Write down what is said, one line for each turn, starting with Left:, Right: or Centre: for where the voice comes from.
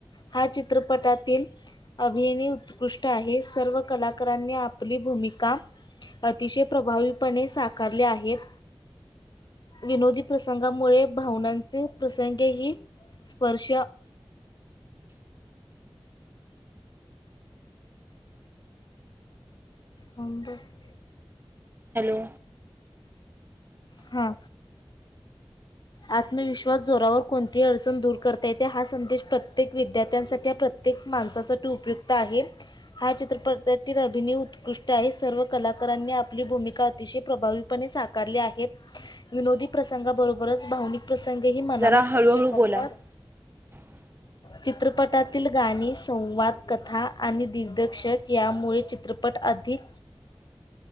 Left: हा चित्रपटातील अभियनी उत्कृष्ट आहे सर्व कलाकारांनी आपली भूमिका अतिशय प्रभावीपणे साकारले आहेत. विनोदी प्रसंगामुळे भावनांचे प्रसंगही स्पर्श ब <inaudible>
Right: हॅलो
Left: हा आत्मविश्वास जोरावर कोणती अडचण दूर करता येते हा संदेश प्रत्येक विद्यार्थ्यांसाठी प्रत्येक माणसासाठी उपयुक्त आहे. हा चित्रपटातील अभिनय उत्कृष्ट आहे सर्व कलाकारांनी आपली भूमिका अतिशय प्रभावी पणे साकारले आहेत विनोदी प्रसंगाबरोबर बरच भावनिक प्रसंगही मनाला
Right: जरा
Left: स्पर्श
Right: हळूहळू
Left: करतात.
Right: <unintelligible>
Left: चित्रपटातील गाणी संवादकथा आणि दिग्दर्शक यामुळे चित्रपट अधिक
Right: ह <unintelligible>